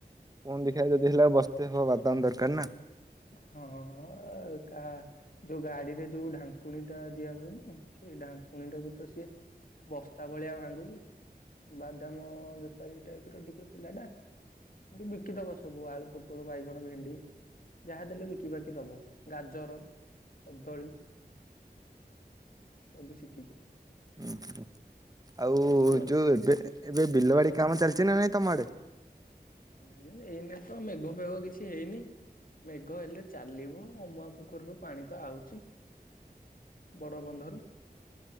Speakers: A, on the right; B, on the left.
A: କୁହନ ଦେଖିବା ଯଦି ହେଲା ବସ୍ତେ ହବ ବାଦାମ ଦରକାର ନା।
B: ହଁଅ କା ଯୋଉ ଗାଡିରେ ଯୋଉ ଢାଙ୍କୁଣୀ ଟା ଦିଆ ହୁଏ ନୁ ସେଇ ଢାଙ୍କୁଣୀ ଟାକୁ ତ ସିଏ ବସ୍ତା ଭଳିଆ ଭାଙ୍ଗୁଚି ବାଦାମ ବେପାରୀ ଟାଇପ ର ଟିକେ ପିଲା ଟା। କିନ୍ତୁ ବିକି ଦବ ସବୁ ଆଳୁ, ପୋଟଳ, ବାଇଗଣ, ଭେଣ୍ଡି ଯାହା ଦେଲେ ବି ଶିକିବାକିି ଦବ ଗାଜର, କଦଳୀ ସବୁ ଶିକି
A: ଉଁ ହୁଁ ଆଉ
B: ଛୁଆ
A: ଯୋଉ ଏବେ ଏବେ ବିଲବାଡି କାମ ଚାଲଚି ନା ନାଇଁ ତମ ଆଡେ?
B: ହୁଁ ଏଇନେ ତ ମେଘ ଫେଘ କିଛି ହେଇନି। ମେଘ ହେଲେ ଚାଲିବ ଅମୁଆ ପୋଖରୀରୁ ପାଣି ତ ଆଉଚି। ବଡ଼ ବନ୍ଧରୁ